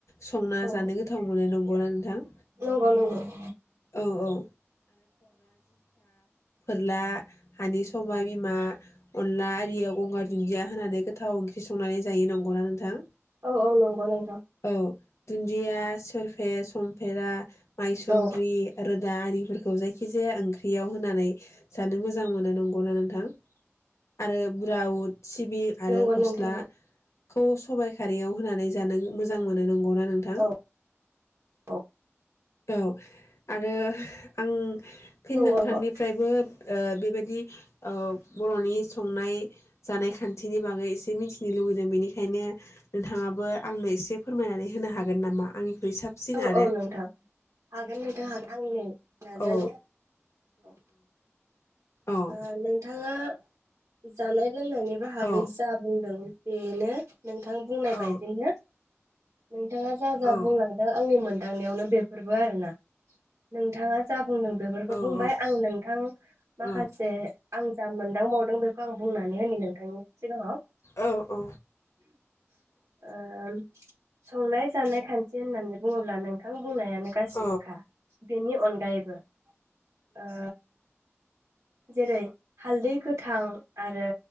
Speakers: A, on the left (about 75°); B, on the right (about 85°).
A: संना
B: औ
A: जानो गोथाव मोनो नं गौना नोंथां?
B: नंगौ नंगौ औ।
A: औ औ अनला हानि सबाइ बिमा अनला आरियाव गंगार दुन्दिया होनानै गोथाव ओंख्रि संनानै जायो नंगौना नोंथां?
B: औ औ नंगौ नोंथां।
A: औ दुन्दिया सोरफे समफेरा। मायसुन्द्रि
B: औ
A: रोदा आरिफोरखौ जायखि जाया ओंख बेयाव होनानै जानो मोजां मोनो नंगौना नोंथां? आरो बुराउट। सिबिं आरो
B: नंगौ
A: फस्लाखौ
B: नोंथां नंगौ
A: सबाय खारियाव होनानै जानो मोजां मोनो नंगौना नोंथां?
B: औ औ।
A: औ। आरो आं फिन
B: नंगौ
A: नोंथांनिफ्रायबो
B: नंगौ
A: ओह बेबायदि ओह बरनि स ओंखाम संनाय जानाय खान्थिनि बागै एसे मिथिनो लुुबैदों बेनिखायनो नोंथाङाबो आंनो एसे फोरमायनानै होनो हागोन नामा आंनि यै साबसिन
B: औ
A: आरो।
B: औौ नोंथां हागोन नोंथां हागोन आंनो नाजानाया
A: औ
B: औ।
A: औ
B: ओह नोंथां। थांङा जानाय लोंनायनि बाहागै
A: औ
B: जा बुंदों बेनो। नोंथां बुंनाय
A: औ
B: बदिनो। नोंथांङा जा जा
A: औ
B: बुंलां आंनि मोनदांनायावनो बेफोरबो आरोना नोंथांङा जा बुं बुंदों बेफोरखौ
A: औ
B: बुंबाय
A: औ
B: आं नोंथां
A: औ
B: माखासे आं जा मोनद थालां बावदों बेखौ आं बुंनानै होनि नोंथांनि सिगांङाव।
A: औ औ।
B: ओह संनाय जानाय खान्थि नि होननानै बुङोब्ला नोंथां बुंनायानो गासिबोखा
A: औ
B: बेनि अनगायैबो। ओ जेरै हालदै गोथां। आरो